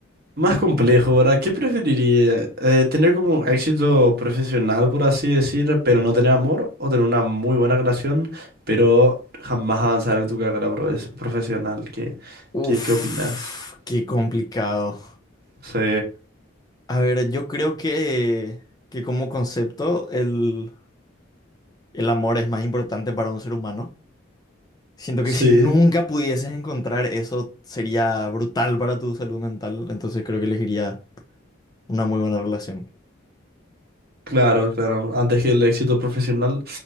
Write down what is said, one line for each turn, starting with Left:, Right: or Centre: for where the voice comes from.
Right: Más complejo, ¿verdad? ¿Qué preferiría? Eh, ¿tener como un éxito profesional, por así decir, pero no tener amor? ¿O tener una muy buena relación, pero jamás avanzar en tu carrera profe- profesional? ¿Qué,
Left: Uf,
Right: qué, qué opinas?
Left: qué complicado.
Right: Sí.
Left: A ver, yo creo que, que como concepto el, el amor es más importante para un ser humano. Siento que
Right: Sí,
Left: si nunca pudieses encontrar eso sería brutal para tu salud mental, entonces creo que elegiría una muy buena relación.
Right: claro, claro. Antes que el éxito profesional,